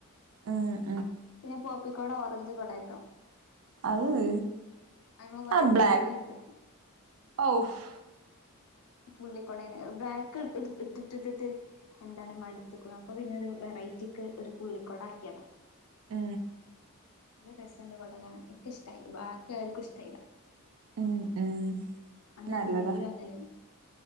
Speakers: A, on the right; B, on the left.
A: ആ
B: പിന്നെ പോപ്പിക്കോട ഓറഞ്ച് കൊടെട്ടോ?
A: അഹ്
B: അയിമ കൊറെ
A: ആ ബ്ലെ
B: പുള്ളിണ്ട്
A: ഔഫ്
B: പുള്ളിക്കൊടേണ് അത് ബ്ലാക്ക് ട് ട്ട് ട്ട്ഇണ്ട്. എന്താണ് മടുത്തുക്കുണു അപ്പൊ പിന്നെ ഒരു വെറൈറ്റിക്ക് ഒരു പുള്ളിക്കോടാക്കിയതാ.
A: ഏ
B: നല്ല രസണ്ട് കൊടകാണാന് ഇൻക്കിഷ്ട്ടായി ബാക്കി ആർക്കും ഇഷ്ട്ടായില്ല.
A: ഉം ഉം
B: അതല്ലെങ്കിലും
A: നല്ലതാ
B: അങ്ങനെണ്